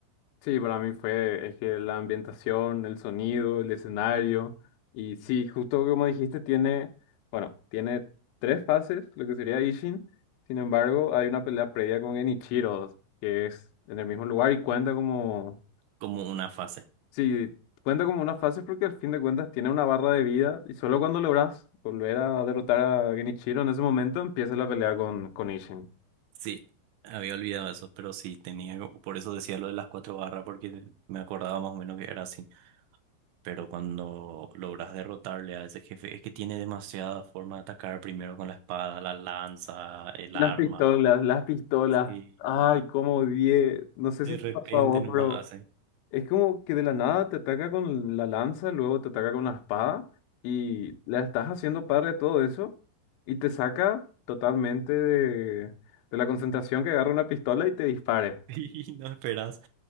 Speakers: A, on the left; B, on the right.
A: Sí, para mí fue, es que la ambientación, el sonido, el escenario, y sí, justo como dijiste, tiene, bueno, tiene tres fases, lo que sería Ishin, sin embargo, hay una pelea previa con Genichiro, que es en el mismo lugar y cuenta como,
B: como una fase.
A: sí, cuenta como una fase porque al fin de cuentas tiene una barra de vida y solo cuando logras volver a derrotar a Genichiro en ese momento empieza la pelea con, con Ishin.
B: Sí, había olvidado eso, pero sí, tenía, por eso decía lo de las cuatro barras, porque me acordaba más o menos que era así. Pero cuando logras derrotarle a ese jefe, es que tiene demasiada forma de atacar, primero con la espada, la lanza, el
A: Las
B: arma.
A: pistolas, las pistolas,
B: Y
A: ay, cómo odié, no sé
B: de
A: si
B: repente
A: te pasó a vos,
B: nomás
A: pero...
B: hace.
A: Es como que de la nada te ataca con la lanza, luego te ataca con la espada y la estás haciendo padre a todo eso y te saca totalmente de, de la concentración que agarra una pistola y te dispare.
B: <laughs> Y no esperas.